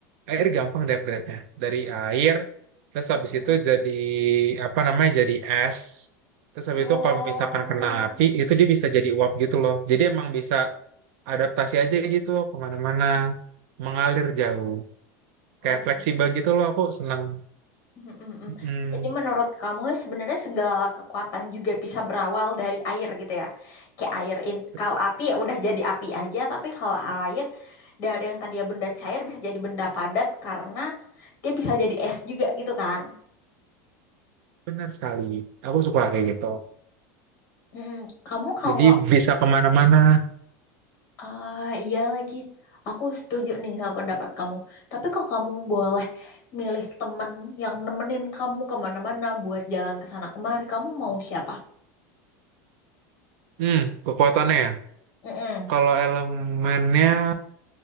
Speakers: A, on the right; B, on the left.
A: air gampang deh upgrade-nya dari air terus
B: Mm-mm.
A: habis itu jadi apa namanya jadi es terus habis
B: Oh,
A: itu kalau misalkan kena api itu dia bisa jadi uap gitu loh jadi emang bisa adaptasi aja gitu kemana-mana mengalir jauh kayak
B: oh jadi,
A: fleksibel gitu loh aku senang
B: Mm-mm-mm.
A: Mm,
B: Jadi menurut kamu sebenarnya segala kekuatan juga bisa berawal dari air gitu ya? Kayak air in,
A: betul
B: kalau api ya udah jadi api aja, tapi kalau air dari yang tadi ya benda cair bisa jadi benda padat karena dia bisa jadi es juga gitu kan?
A: benar sekali aku suka kayak gitu
B: Mm-mm. Kamu kalau
A: jadi bisa kemana-mana
B: Ah, iya lagi. Aku setuju nih sama pendapat kamu. Tapi kalau kamu boleh milih temen yang nemenin kamu kemana-mana buat jalan ke sana kemari, kamu mau siapa?
A: hmm kekuatannya ya
B: Mm-mm.
A: kalau elemennya